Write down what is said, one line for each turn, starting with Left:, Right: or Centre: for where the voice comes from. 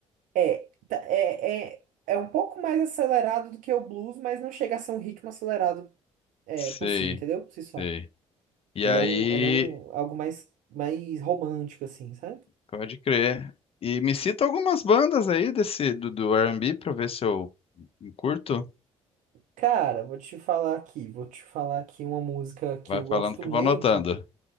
Right: É, tá- é, é, é um pouco mais acelerado do que o blues, mas não chega a ser um ritmo acelerado é,
Left: Sei,
Right: por si, entendeu? Por si só.
Left: sei. E
Right: Ele
Left: aí,
Right: é um, ele é um algo mais, mais romântico, assim, sabe?
Left: pode crer. E me cita algumas bandas aí desse do, do R&B pra eu ver se eu curto.
Right: Cara, vou te falar aqui, vou te falar aqui uma música que
Left: Vai
Right: eu
Left: falando
Right: gosto
Left: que
Right: muito.
Left: eu vou anotando.